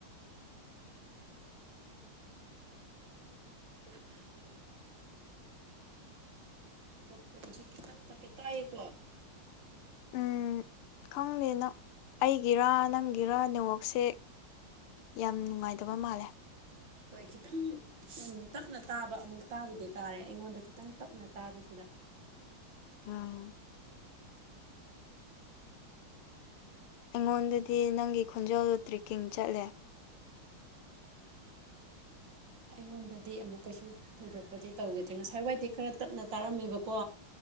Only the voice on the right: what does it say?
ꯎꯝ ꯃꯈꯣꯟꯖꯦ ꯈꯤꯇꯪ ꯇꯞꯄꯦ ꯇꯥꯏꯌꯦꯀꯣ
ꯍꯣꯏ ꯈꯤꯇꯪ ꯎꯝ ꯇꯞꯅ ꯇꯥꯕ ꯑꯃꯨꯛ ꯇꯥꯕꯨꯗꯤ ꯇꯥꯔꯦ ꯑꯩꯉꯣꯟꯗ ꯈꯤꯇꯪ ꯇꯞꯅ ꯇꯥꯕꯁꯤꯗ
ꯑꯩꯉꯣꯟꯗꯗꯤ ꯑꯃꯨꯛꯀꯁꯨ ꯊꯣꯏꯗꯣꯛꯄꯗꯤ ꯇꯧꯒꯤꯗ꯭ꯔꯦ ꯉꯁꯥꯏꯋꯥꯏꯗꯤ ꯈꯔ ꯇꯞꯅ ꯇꯥꯔꯝꯃꯦꯕꯀꯣ